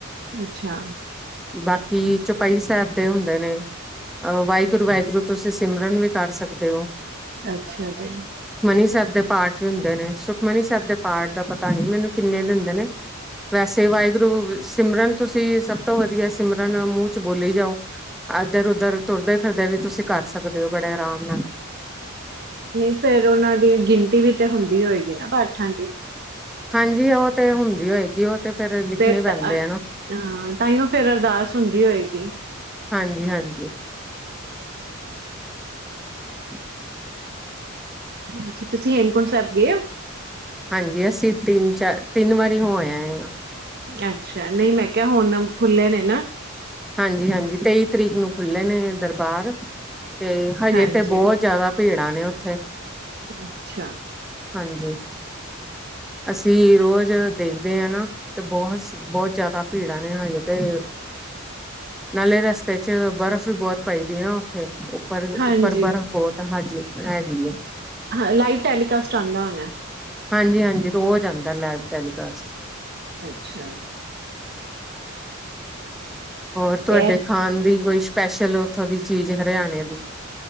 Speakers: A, on the right (about 45°); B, in the centre.
A: ਅੱਛਾ।
B: ਬਾਕੀ ਚੌਪਈ ਸਾਹਿਬ ਦੇ ਹੁੰਦੇ ਨੇ ਅ ਵਾਹਿਗੁਰੂ, ਵਾਹਿਗੁਰੂ ਤੁਸੀਂ ਸਿਮਰਨ ਵੀ ਕਰ ਸਕਦੇ ਹੋ।
A: ਅੱਛਾ ਜੀ।
B: ਮਨੀ ਸਾਹਿਬ ਦੇ ਪਾਠ ਵੀ ਹੁੰਦੇ ਨੇ, ਸੁਖਮਨੀ ਸਾਹਿਬ ਦੇ ਪਾਠ ਦਾ ਪਤਾ ਨੀ, ਮੈਨੂੰ ਕਿੰਨੇ ਦਿੰਦੇ ਨੇ ਵੈਸੇ ਵਾਹਿਗੁਰੂ ਸਿਮਰਨ ਤੁਸੀਂ ਸਭ ਤੋਂ ਵਧੀਆ ਸਿਮਰਨ ਮੂੰਹ ਚ ਬੋਲੀ ਜਾਓ ਇਧਰ- ਉਧਰ ਤੁਰਦੇ ਫਿਰਦੇ ਵੀ ਤੁਸੀਂ ਕਰ ਸਕਦੇ ਹੋ। ਬੜੇ ਆਰਾਮ ਨਾਲ।
A: ਨਹੀਂ ਫੇਰ ਉਹਨਾਂ ਦੀ ਗਿਣਤੀ ਵੀ ਤੇ ਹੁੰਦੀ ਹੋਏਗੀ ਨਾ ਪਾਠਾਂ ਦੀ।
B: ਹਾਂਜੀ, ਉਹ ਤੇ ਹੁੰਦੀ ਹੋਏਗੀ। ਉਹ ਤੇ ਲਿਖਣੇ
A: ਫੇਰ
B: ਪੈਂਦੇ
A: ਤਾਂ ਅਹ
B: ਆ ਨਾ
A: ਤਹੀਓ ਫੇਰ ਅਰਦਾਸ ਹੁੰਦੀ ਹੋਏਗੀ।
B: ਹਾਂਜੀ ਹਾਂਜੀ <inaudible>
A: ਅੱਛਾ, ਤੁਸੀਂ ਹੇਮਕੁੰਟ ਸਾਹਿਬ ਗਏ ਹੋ।
B: ਹਾਂਜੀ, ਅਸੀਂ ਤਿੰਨ ਚਾਰ ਤਿੰਨ ਵਾਰੀ ਹੋ ਆਏ ਆ।
A: ਅੱਛਾ, ਨਹੀਂ ਮੈਂ ਕਿਹਾ ਹੁਣ ਖੁੱਲੇ ਨੇ ਨਾ।
B: ਹਾਂਜੀ -ਹਾਂਜੀ ਤੇਈ ਤਰੀਕ ਨੂੰ ਖੁੱਲ੍ਹੇ ਨੇ ਦਰਬਾਰ। ਤੇ ਹਜੇ
A: ਹਾਂਜੀ।
B: ਤੇ ਬਹੁਤ ਜਿਆਦਾ ਭੀੜਾਂ ਨੇ ਉੱਥੇ।
A: ਅੱਛਾ।
B: ਹਾਂਜੀ, ਅਸੀਂ ਰੋਜ਼ ਦੇਖਦੇ ਹਾਂ ਨਾ, ਤੇ ਬਹੁਤ ਬਹੁਤ ਜ਼ਿਆਦਾ ਭੀੜਾਂ ਨੇ ਹਜੇ ਤੇ ਨਾਲੇ ਰਸਤੇ ਚ ਬਰਫ਼ ਵੀ ਬਹੁਤ ਪਈਦੀ ਨਾ ਉੱਥੇ। ਉੱਪਰ
A: ਹਾਂਜੀ
B: -ਉੱਪਰ ਬਰਫ਼ ਬਹੁਤ ਹੈ। ਹਾਂਜੀ- ਹੈਗੀ ਏ
A: ਹਾਂ, ਲਾਈਵ ਟੈਲੀਕਾਸਟ ਆਂਦਾ ਹੋਣਾ ਏ।
B: ਹਾਂਜੀ-ਹਾਂਜੀ, ਰੋਜ਼ ਆਂਦਾ ਲਾਈਵ ਟੈਲੀਕਾਸਟ।
A: ਅੱਛਾ।
B: ਹੋਰ ਤੁਹਾਡੇ
A: ਤੇ
B: ਖਾਣ ਦੀ ਕੋਈ ਸਪੈਸ਼ਲ ਉੱਥੋਂ ਦੀ ਚੀਜ਼ ਹਰਿਆਣੇ ਦੀ